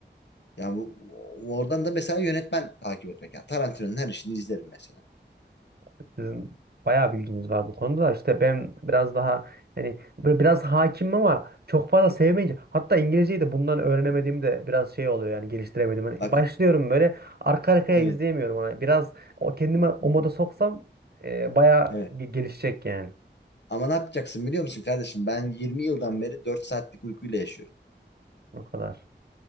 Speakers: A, on the left; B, on the right.
A: Yani bu- oradan da mesela yönetmen takip etmek. Yani Tarantino'nun her işini izlerim mesela.
B: Sizin bayağı bilginiz var bu konuda da işte ben biraz daha hani böyle biraz hakimim ama çok fazla sevmeyince hatta İngilizceyi de bundan öğrenemediğimde biraz şey oluyor yani geliştiremedim. Hani
A: Bak
B: başlıyorum böyle arka arkaya
A: evet.
B: izleyemiyorum ona. Biraz o kendime o
A: Hı hı.
B: moda soksam e, bayağı
A: Evet.
B: ge- gelişecek yani.
A: Ama ne yapacaksın biliyor musun kardeşim? Ben 20 yıldan beri 4 saatlik uykuyla yaşıyorum.
B: O kadar.